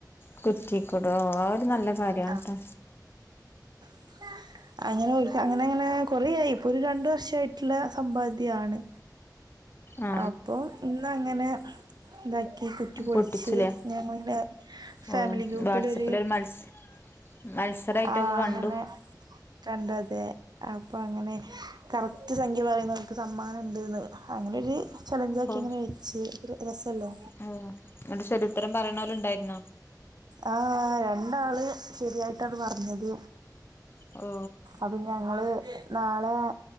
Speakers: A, on the left; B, on the right.
A: കുറ്റിക്കിടോ ആഹ് ഒരു നല്ല കാര്യണട്ടാ
B: ആഹ് <unintelligible> അങ്ങനെ ഒരു അങ്ങനെ അങ്ങനെ കൊറയായി ഇപ്പൊ ഒരു രണ്ടു വർഷയിട്ടുള്ള സമ്പാദ്യ ആണ്
A: ആ
B: അപ്പൊ ഇന്നങ്ങനെ ഇതാക്കി കുറ്റി പൊളിച്ച്
A: പൊട്ടിച്ചുലേ
B: ഞങ്ങളിങ്ങനെ ഫാമിലി
A: ഓ
B: ഗ്രൂപ്പിലൊര്
A: വാട്സപ്പിലൊരു മത്സ മത്സരായിട്ടൊക്കെ
B: ആഹ്
A: കണ്ടു
B: അങ്ങനെ കണ്ടതെ അപ്പൊ അങ്ങനെ കറക്റ്റ് സംഖ്യ പറയുന്നവർക്ക് സമ്മാനം ഉണ്ട്ന്ന് അങ്ങനൊര് ചലഞ്ചാക്കി
A: ഓ
B: ഇങ്ങനെ വെച്ച് ഇ രസല്ലേ
A: ഓ എന്നിട്ട് ശരി ഉത്തരം പറയണവർ ഉണ്ടായിരുന്നോ?
B: ആഹ, രണ്ടാള് ശരിയായിട്ടാ അത് പറഞ്ഞത്
A: ഓ.
B: അപിന്നെ ഞങ്ങള് നാളെ